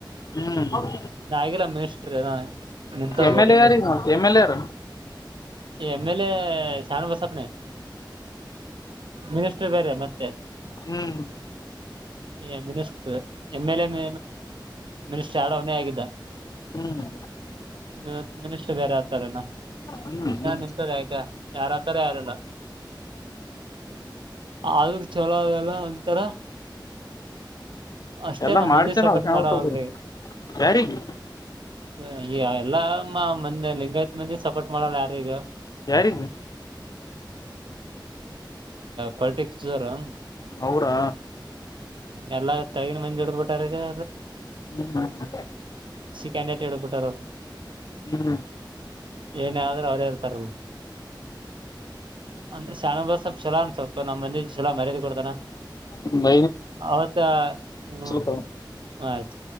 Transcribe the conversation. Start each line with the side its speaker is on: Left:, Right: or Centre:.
Left: ಹ್ಮ್
Right: ನ ಆಗಿಲ್ಲ ಮಿನಿಸ್ರ ನಿಂತೇಟಿಂಗಷ್ಟ
Left: ಎಮ್ ಎಲ್ ಎ ಯಾರೀಗ ಮತ್ ಎಮ್ ಎಲ್ ಎ ಯಾರ
Right: ಎಮ ಎಲ್ ಎ ಶಾನ ಬಸಪನೆ ಮಿನಿಸರ್ ಬೇರೆ ಮತ್ತೆ
Left: ಹ್ಮ್
Right: ಎ ಬ ಎಮ್ ಎಲ್ ಎ ಮ ಮಿನಿಸ್ಟರ್ ಯ ಅವನೇ ಆಗಿದ್ದ
Left: ಹ್ಮ್
Right: ಇವ ಮಿನಷ ಬೇರೆ ಆತಾರೆನಾ
Left: ಹ್ಮ್ ಹ್ಮ್
Right: ನಾ ನಿಂತದ ಹೇಗ ಯಾರತಾರ ಯಾರಲ್ಲ ಆದರುೂ ಚಲೋ ಅಲ್ಲ ಒಂತರ ಅಷ್ಟ
Left: ಎಲ್ಲಾ
Right: ನಮ್
Left: ಮಾಡ್ಸ್ಯನ
Right: ಮಂದಿ ಸಪೋಟ್
Left: ಶಣಬಸಗೌಡ
Right: ಮಾಡಾವಲ್ರಿ
Left: ಯಾರಿಗಿ
Right: ಹ ಈ ಎಲ್ಲಮ್ಮ ಮಂದೆ ಲಿಂಗಾಯತ್ ಮಂದಿ ಸಪೋರ್ಟ್ ಮಾಡಲ್ಲ ಯಾರೀಗ
Left: ಯಾರಿಗೆ
Right: ಪಟಿ ಹ್ಮ
Left: ಅವ್ರಾ
Right: ಎಲ್ಲ ತಗ ಮಂದ ಟಾರ ಯ
Left: ಹ್ಮ್ ಹ್ಮ್ ಹ್ಮ
Right: ಕ್ಯಾಂಡಟ್ ಹೇಡ್ಬಿಟ್ಟಾರ
Left: ಹ್ಮ್
Right: ಏನ್ರೂ ಅವ್ರೇರ್ತಾರಲ್ಲ ಅಂದ ಶಾನಬಾಬ್ ಚಲ ಅಂತತ್ ಸೊ ನಮ್ ಮಂದಿ ಚಲೋ ಮರ್ಯಾದೆ ಕೊಡ್ತಾನ
Left: ಒಂದ್
Right: ಅವತ್ತ ಹ್ಮ್
Left: ಹ
Right: ಆಯ್ತು